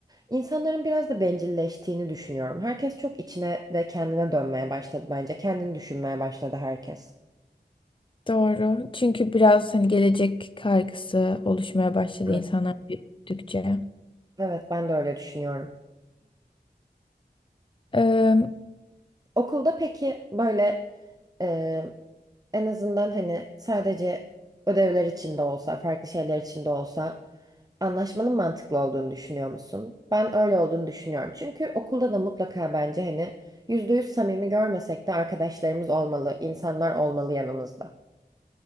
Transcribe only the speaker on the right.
İnsanların biraz da bencilleştiğini düşünüyorum. Herkes çok içine ve kendine dönmeye başladı bence. Kendini düşünmeye başladı herkes.
Evet.
Evet, ben de öyle düşünüyorum.
Okulda peki böyle Ee, en azından hani sadece ödevler için de olsa, farklı şeyler için de olsa anlaşmanın mantıklı olduğunu düşünüyor musun? Ben öyle olduğunu düşünüyorum. Çünkü okulda da mutlaka bence hani yüzde yüz samimi görmesek de arkadaşlarımız olmalı, insanlar olmalı yanımızda.